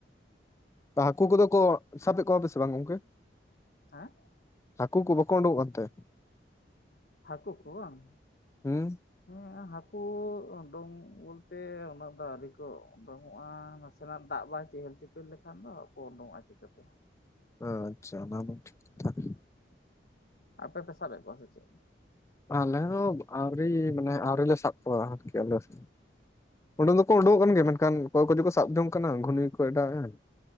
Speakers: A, on the left; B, on the left.
A: ᱦᱟᱠᱩ ᱠᱚᱫᱚ ᱠᱚ ᱥᱟᱵᱮᱫ ᱠᱚᱣᱟ ᱯᱮᱥᱮ ᱵᱟᱝ ᱜᱚᱝᱠᱮ
B: ᱦᱮᱸ
A: ᱦᱟᱹᱠᱩ ᱠᱚ ᱵᱟᱠᱚ ᱩᱰᱩᱝᱚᱜ ᱠᱟᱱᱛᱮ
B: ᱦᱟᱠᱩ ᱠᱚᱣᱟᱝ
A: ᱦᱮᱸ
B: <inaudible> ᱦᱟᱹᱠᱩ ᱩᱰᱩᱝ ᱵᱚᱞᱛᱮ ᱩᱱᱟᱹᱜ ᱫᱚ ᱟᱹᱣᱨᱤ ᱠᱚ ᱩᱰᱩᱝᱚᱜᱼᱟ ᱱᱟᱥᱮᱱᱟᱜ ᱫᱟᱜ ᱵᱟᱭ ᱪᱮᱦᱮᱞᱼᱼ ᱪᱮᱯᱮᱞ ᱞᱮᱠᱷᱟᱱ ᱫᱚ ᱠᱚ ᱩᱰᱚᱝᱚᱜᱼᱟ ᱪᱤᱠᱟᱹᱛᱮ?
A: ᱟᱪᱪᱷᱟ ᱚᱱᱟ ᱫᱚ ᱴᱷᱤᱠ ᱠᱟᱛᱷᱟ
B: ᱟᱯᱮ ᱯᱮ ᱥᱟᱵ ᱮᱫ ᱠᱚᱣᱟ ᱥᱮ ᱪᱮᱫ
A: ᱟᱞᱮ ᱦᱚᱸ ᱟᱹᱣᱨᱤ ᱢᱟᱱᱮ ᱟᱹᱣᱨᱤ ᱞᱮ ᱥᱟᱵ ᱠᱚᱣᱟ ᱟᱨᱠᱤ ᱟᱞᱮ ᱥᱮ ᱩᱰᱩᱠ ᱫᱚᱠᱚ ᱩᱰᱩᱠᱚᱜ ᱠᱟᱱ ᱜᱮᱭᱟ
B: ᱟᱪᱪᱷᱟ
A: ᱢᱮᱱᱠᱷᱟᱱ ᱚᱠᱚᱭ ᱠᱚᱫᱚ ᱠᱚ ᱥᱟᱵ ᱡᱚᱝ ᱠᱟᱱᱟ ᱜᱷᱩᱱᱤ ᱠᱚ ᱟᱰᱟᱣᱮᱜᱼᱟ